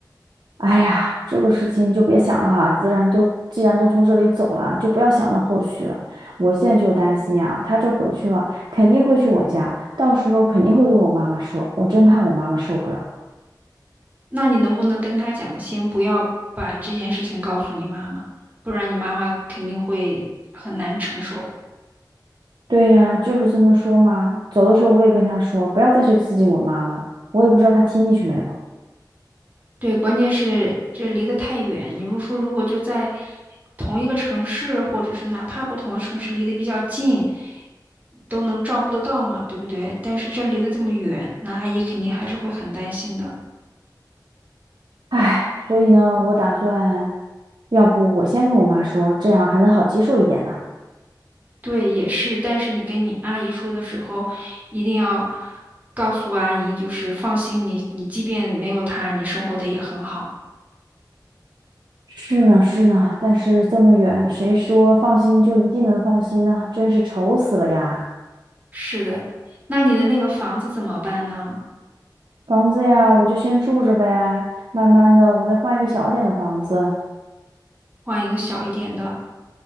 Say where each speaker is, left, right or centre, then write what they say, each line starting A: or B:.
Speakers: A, on the right; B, on the right.
A: 哎呀，这个事情就别想了哈，自然都既然都从这里走了，就不要想到后续了。我现在就担心啊，她这回去了，肯定会去我家，到时候肯定会跟我妈妈说，我真怕我妈妈受不了。
B: 那你能不能跟他讲，先不要把这件事情告诉你妈妈，不然你妈妈肯定会很难承受。
A: 对呀，就是这么说嘛。走的时候我也跟她说，不要再去刺激我妈妈了我也不知道她听进去没有啊。
B: 对，关键是这离得太远。你如说如果就在同一个城市，或者是哪怕不同的城市离得比较近，都能照顾得到嘛，对不对？但是这离得这么远，那阿姨肯定还是会很担心的。
A: 唉，所以呢，我打算，要不我先跟我妈说，这样还能好接受一点呢。
B: 对，也是，但是你跟你阿姨说的时候，一定要告诉阿姨，就是放心你，你即便没有她，你生活的也很好。
A: 是呢，是呢，但是这么远，谁说放心就一定能放心呢？真是愁死了呀！
B: 是的，那你的那个房子怎么办呢？
A: 房子呀，我就先住着呗，慢慢的我再换一个小点的房子。
B: 换一个小一点的。